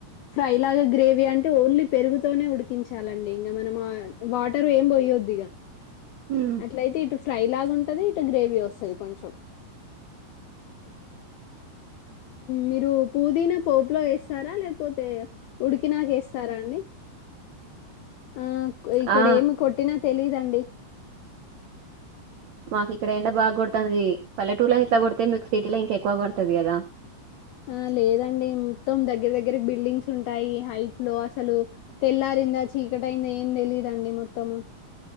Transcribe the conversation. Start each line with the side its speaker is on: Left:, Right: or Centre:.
Left: ఫ్రై లాగా గ్రేవీ అంటే ఓన్లీ పెరుగుతోనే ఉడికించాలండి ఇంగ మనం వాటర్ ఏం పోయద్దు ఇగ
Right: హ్మ్
Left: అట్లా అయితే ఇటు ఫ్రై లాగా ఉంటది ఇటు గ్రేవీ వస్తది కొంచెం మీరు పుదీనా పోపులో వేస్తారా లేక్ పోతే ఉడికినాకేస్త సారా అండి ఆ క్ ఇక్కడ
Right: ఆ
Left: ఏమి కొట్టినా తెలీదన్ అండి
Right: మాకు ఇక్కడ ఎండ బాగా కొడుతంది. పల్లెటూరులో ఇట్లా కొడితే మీకు సిటీలో ఇంకా ఎక్కువ కొడుతుంది కదా
Left: ఆ లేదండి మొత్తం దగ్గర దగ్గ దగ్గర బిల్డింగ్స్ ఉంటాయి హైట్ లో అసలు తెల్లారిందా చీకటి అయింద ఏం తేలిదండి మొత్తము